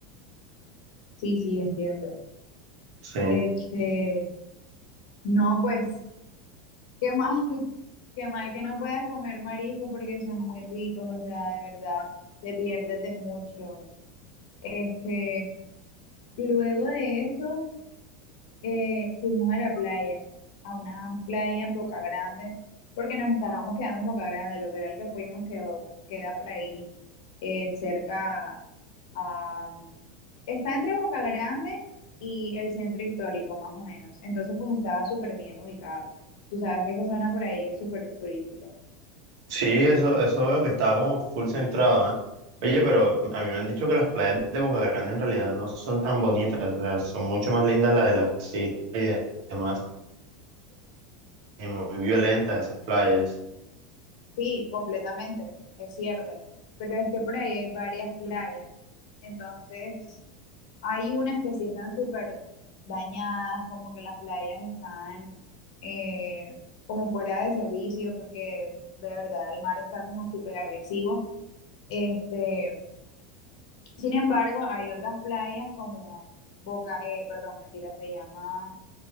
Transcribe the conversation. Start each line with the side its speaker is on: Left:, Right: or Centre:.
Left: Sí, sí, entiendo.
Right: Sí.
Left: Este, no, pues, qué mal, <laughs> qué mal que no puedas comer mariscos porque son muy ricos, o sea, de verdad, te pierdes de mucho. Este, luego de eso, eh, fuimos a la playa, a una playa en Boca Grande, porque nos estábamos quedando en Boca Grande, el hotel al que fuimos quedó, queda por ahí, eh, cerca Ah, está entre Boca Grande y el centro histórico, más o menos. Entonces, pues estaba súper bien ubicado. Tú sabes que esa zona por ahí es súper turística.
Right: Sí, eso, eso veo que está como full centrado, ¿eh? Oye, pero a mí me han dicho que las playas de Boca Grande en realidad no son tan bonitas, o sea, son mucho más lindas las de las islas y de- demás, y muy violentas esas playas.
Left: Sí, completamente, es cierto. Pero es que por ahí hay varias playas. Entonces, hay unas que sí están súper dañadas, como que las playas están eh, como fuera de servicio, porque de verdad el mar está como súper agresivo. Este, Sin embargo, hay otras playas como Boca, eh, perdón, mentira, se llama,